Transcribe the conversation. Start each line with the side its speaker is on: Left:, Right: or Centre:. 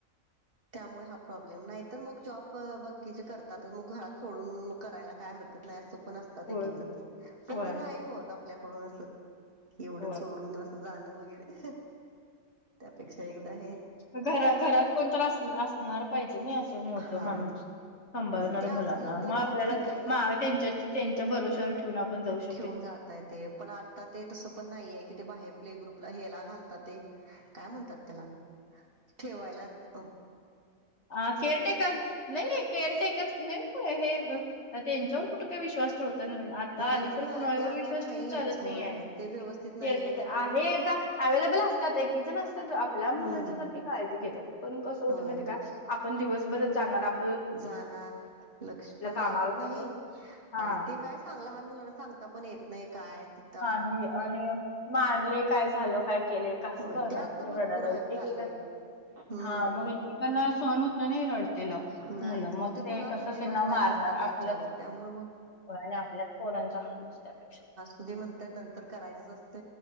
Right: त्यामुळे हा प्रॉब्लेम नाही तर मग जॉब बकीचे करतातच मग घरात सोडून मग करायला काय हर करण्यात सोप नस जातात
Left: होय.
Right: एक एक जण पण
Left: होय
Right: ते नाही होत आपल्याकडून अस क एवढं
Left: होय.
Right: सोडून जा जाणं वगैरे त्यापेक्षा एकदा हे
Left: घर घरात कोणत अस असणार पाहिजे नाही असं मोठ
Right: हा
Left: माणूस सांभाळणार
Right: ते
Left: मुलांना
Right: असलं तर
Left: मग आपल्याला
Right: ठीक आहे ना
Left: मा त्यांच्या त्यांच्या भरोश्यावर ठेवून आपण जाऊ शक
Right: ठेऊन जात येते पण आत ते तसं पण नाहीये कि ते बाहेर प्ले ग्रुपला हेला घालतात ते काय म्हणतात त्याला ठेवायलाच अ
Left: अ केअरटेकर नाही केअरटेकर न हे <unintelligible> त्यांच्यावर कुठे काय विश्वास ठेवत तर आता
Right: नाहीच
Left: अलीकड
Right: ना
Left: कुणावर
Right: ते आता
Left: विश्वास
Right: नाहीच
Left: ठेवून चालत
Right: होय
Left: नाही ये
Right: ते व्यवस्थित नाहीये
Left: केळटेकर
Right: त्यामुळे
Left: आहे त अवेलेबल असतात एक एक जण असतात आपल्या मुलांच्या
Right: हम्म
Left: सारखे काळजी घेतात पण कस होत
Right: होय
Left: माहिती ये का आपण दिवसभराच जाणार आप
Right: जाणार लक्ष पण लागत
Left: कामावर
Right: नाही
Left: पण हा
Right: आणि ते काय चांग लहान मुलांना सांगता पण येत नाही काय ते
Left: नाही आणि मारले काय झालं काय केले कसं
Right: होय
Left: करणार
Right: ते आता भरपूर
Left: रडयला लागले
Right: आहे
Left: एकेका
Right: चाललंय हम्म
Left: हा मग एक ऐकांना सहण होत नाही रड तेल
Right: नाहीच
Left: मुलं मग ते
Right: कुणाचा
Left: कस
Right: विश्वास
Left: ते न
Right: नाही
Left: मारणार
Right: ना आता त्याच्यावर
Left: आपल
Right: त्यामुळे मग
Left: ने आपल्या पोरांचा हाल होस त्यापेक्षा
Right: त म्हणतात नंतर करायचंच असत